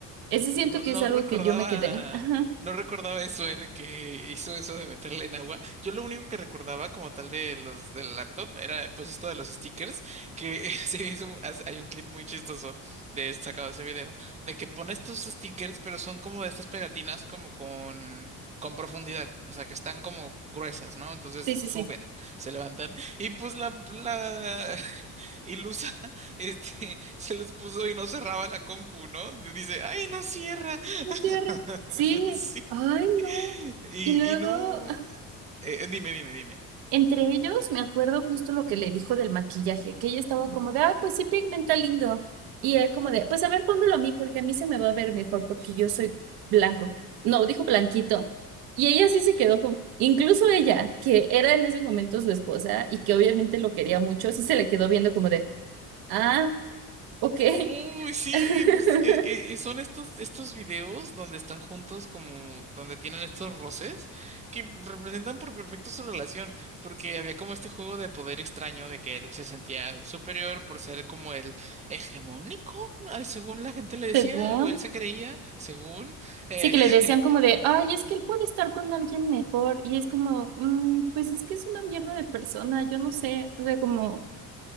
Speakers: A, on the right (about 85°); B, on the right (about 20°).
A: Ese siento
B: No,
A: que
B: no
A: es algo
B: recordaba,
A: que yo me quedé. <laughs> Ajá,
B: no recordaba eso, eh, de que hizo eso de meterle en agua. Yo lo único que recordaba como tal de los del laptop era pues esto de los stickers, que <laughs> se hizo, hace- hay un clip muy chistoso de sacado de ese video, de que pone estos stickers, pero son como de estas pegatinas como con, con profundidad, o sea que están como gruesas, ¿no? Entonces
A: Sí,
B: suben,
A: sí, sí.
B: se levantan, y pues la, la <laughs> ilusa este, <laughs> se los puso y no cerraba la compu, ¿no? Dice, ay, no cierra.
A: No
B: <laughs>
A: cierre. Sí,
B: Sí.
A: ay,
B: Y,
A: no. Y luego,
B: y no. eh, eh, dime, dime, dime.
A: Entre ellos, me acuerdo justo lo que le dijo del maquillaje, que ella estaba como de, ah, pues sí, pigmenta lindo. Y él como de, pues a ver, pónmelo a mí, porque a mí se me va a ver mejor, porque yo soy blanco. No, dijo blanquito. Y ella sí se quedó como, incluso ella, que era en ese momento su esposa y que obviamente lo quería mucho, sí se le quedó viendo como de, ah, ok.
B: Uy, sí,
A: <laughs>
B: pues eh, eh, eh, son estos, estos videos donde están juntos como donde tienen estos roces que representan por perfecto su relación, porque había como este juego de poder extraño de que él se sentía superior por ser como el hegemónico, al- según la gente le decía,
A: Según,
B: o él se creía, según. eh,
A: sí que
B: <laughs>
A: le decían como de, ay, es que él puede estar con alguien mejor. Y es como, "Mm, pues es que es una mierda de persona, yo no sé, o sea, como...